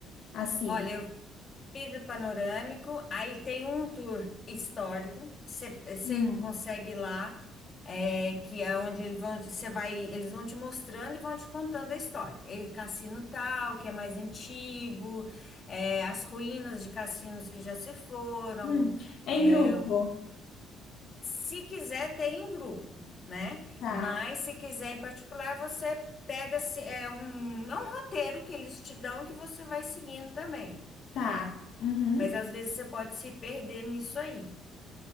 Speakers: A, on the left (about 60°); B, on the left (about 30°).
A: Assim.
B: olha, Vidro panorâmico, aí tem um tour histórico que você você
A: Hum,
B: consegue ir lá, é, que é onde eles vão, você vai, eles vão te mostrando e vão te contando a história. E cassino tal, que é mais antigo, é, as ruínas de cassinos que já se foram.
A: hum. Em
B: é,
A: grupo.
B: se quiser, tem em grupo, né?
A: Tá,
B: Mas se quiser em particular, você pega assim, é um, é um roteiro que eles te dão que você vai seguindo também.
A: tá.
B: né?
A: Uhum.
B: Mas às vezes você pode se perder nisso aí.